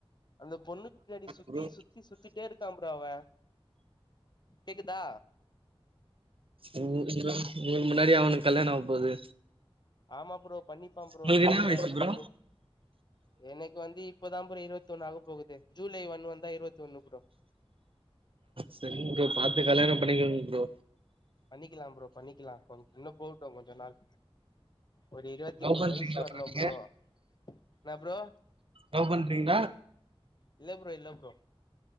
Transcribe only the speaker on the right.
ப்ரோ
உ உங்களுக்கு முன்னாடி அவனுக்கு கல்யாண ஆக போது
உங்களுக்கு
என்ன வயசு
ப்ரோ
செரிங் ப்ரோ பாத்து கல்யாணம் பண்ணிக்கங்க ப்ரோ
லவ்
பண்றீங்களா
நீங்க
லவ் பண்றீங்களா